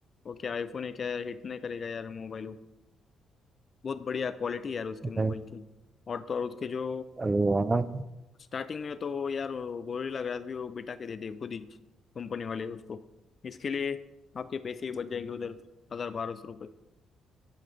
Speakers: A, on the left (about 45°); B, on the right (about 30°).
A: वो क्या आईफोन है क्या यार हिट नहीं करेगा यार मोबाइल वो बहुत बढ़िया क्वालिटी यार उसके मोबाइल
B: अरे
A: की और तो और उसके जो
B: अरे वाह
A: स्टार्टिंग में तो यार गोरिल्ला ग्लास भी वो बिठा के देते हैं खुद ही कंपनी वाले उसको इसके लिए आपके पैसे ही बच जाएंगे उधर हजार बारह सौ रुपये